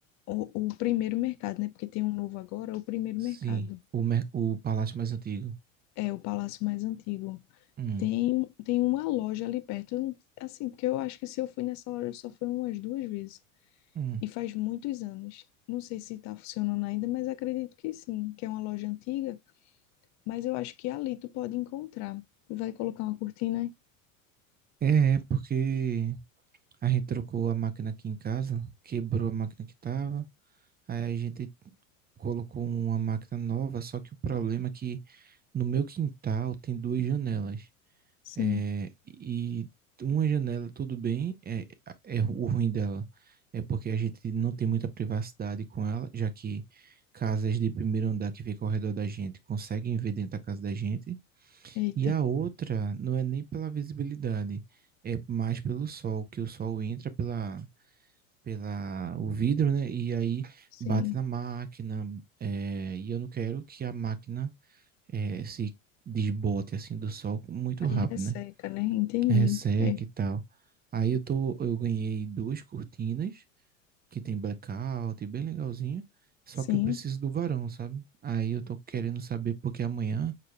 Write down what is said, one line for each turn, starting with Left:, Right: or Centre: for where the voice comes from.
Left: O, o primeiro mercado, né? Porque tem um novo agora, o primeiro
Right: Sim,
Left: mercado.
Right: o, mer- o palácio mais antigo.
Left: É, o palácio mais antigo.
Right: Hum,
Left: Tem, tem uma loja ali perto. Eu não- Assim, porque eu acho que se eu fui nessa loja só foi umas duas vezes.
Right: hum.
Left: E faz muitos anos. Não sei se tá funcionando ainda, mas acredito que sim. Que é uma loja antiga. Mas eu acho que ali tu pode encontrar. Tu vai colocar uma cortina?
Right: É, é, porque a gente trocou a máquina aqui em casa, quebrou a máquina que tava. Aí a gente colocou uma máquina nova, só que o problema é que no meu quintal tem duas janelas.
Left: Sim.
Right: É, e uma janela, tudo bem, é, é o ruim dela. É porque a gente não tem muita privacidade com ela, já que casas de primeiro andar que ficam ao redor da gente conseguem ver dentro da casa da gente.
Left: Eita,
Right: E a outra não é nem pela visibilidade, é mais pelo sol, que o sol entra pela, pela o vidro, né? E aí
Left: sim.
Right: bate na máquina, é, e eu não quero que a máquina é, se desbote assim do sol muito
Left: Aí
Right: rápido,
Left: resseca,
Right: né?
Left: né? Entendi.
Right: Resseca
Left: É.
Right: e tal. Aí eu tô, eu ganhei duas cortinas que tem blackout, bem legalzinho. Só
Left: Sim,
Right: que eu preciso do varão, sabe? Aí eu tô querendo saber porque amanhã,